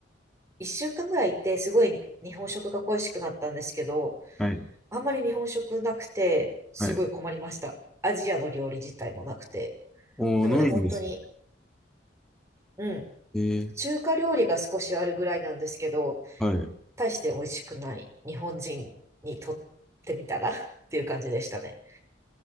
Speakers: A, on the right; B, in the centre.
A: 一週間ぐらいいて、すごいに日本食が恋しくなったんですけど、
B: はい、
A: あんまり日本食なくて、すごい困りました。
B: はい。
A: アジアの料理自体もなくて。
B: おお、
A: なので本当に、
B: ないんですよ。
A: うん、
B: ええ
A: 中華料理が少しあるぐらいなんですけど、
B: はい。
A: 大して美味しくない日本人にとってみたら <laughs> っていう感じでしたね。